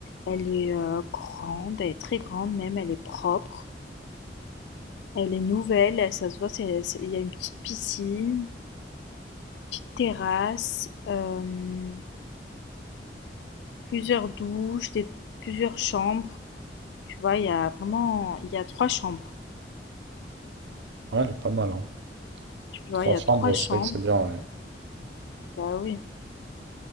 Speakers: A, on the left; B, on the right.
A: Elle est, heu, grande, elle est très grande même, elle est propre, elle est nouvelle, elle ça se voit, c'est c'est il y a une petite piscine, petite terrasse, hem, plusieurs douches, des plusieurs chambres. Tu vois, il y a vraiment il y a 3 chambres.
B: Ouais, elle est pas mal, hein.
A: Tu vois,
B: Trois
A: il y
B: chambres,
A: a 3 chambres.
B: c'est vrai que c'est bien, ouais.
A: Bah oui,